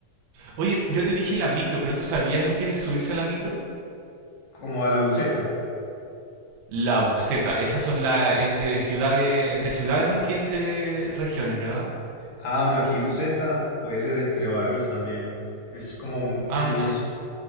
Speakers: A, on the right; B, on the left.
A: Oye, yo te dije la micro, pero ¿tú sabías lo que es subirse a la micro?
B: Como a la buceta.
A: La buceta, esas son las entre ciudades, entre ciudades más que entre regiones, ¿verdad?
B: Ah, bueno, aquí buceta puede ser entre barrios también. Es como un,
A: Ah,
B: un bus,
A: ya.